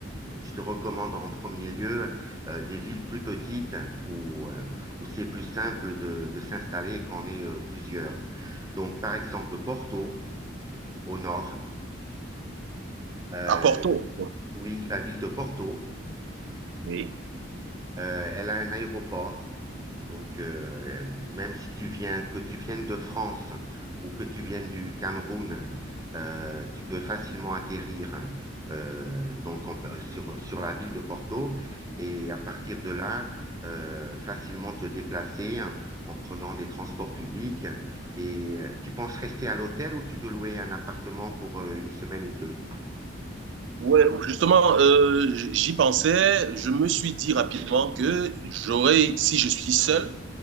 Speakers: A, on the right; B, on the right.
A: je te recommande en premier lieu euh, des villes plus petites où, euh, où c'est plus simple de, de s'installer quand on est euh, plusieurs. Donc, par exemple, Porto, au nord, euh,
B: à Porto?
A: oui, la ville de Porto.
B: Oui.
A: Euh, elle a un aéroport. Donc, euh, même si tu viens, que tu viennes de France ou que tu viennes du Cameroun, euh, tu peux facilement atterrir euh, donc en- euh, sur, sur la ville de Porto et à partir de là, euh, facilement te déplacer en prenant des transports publics. Et euh, tu penses rester à l'hôtel ou tu veux louer un appartement pour euh, une semaine ou deux?
B: Ouais, justement, euh, j'y pensais. Je me suis dit rapidement que j'aurais, si je suis seul,